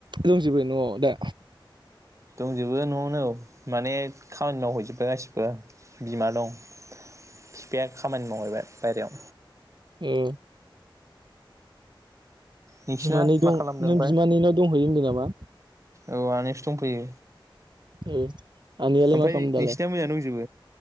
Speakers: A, on the right (about 60°); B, on the right (about 35°).
A: दंजोबो न'आव दा?
B: दंजोबो न'आवनो औ माने खामानि मावहैजोब्बाय गासिबो बिमा दं। फिफाया खामानि मावहैबाय बायहेरायाव।
A: ओम।
B: नोंसिना
A: बिमानै दं
B: मा खालामदों
A: नों
B: ओमफ्राय
A: बिमानैनाव दंहैयो होनदों ना मा?
B: औ आनैनावसो दंफैयो,
A: ओ आनैयालाय
B: ओमफ्राय
A: मा खालामदों दालाय?
B: नोंसिना मोजां दंजोबो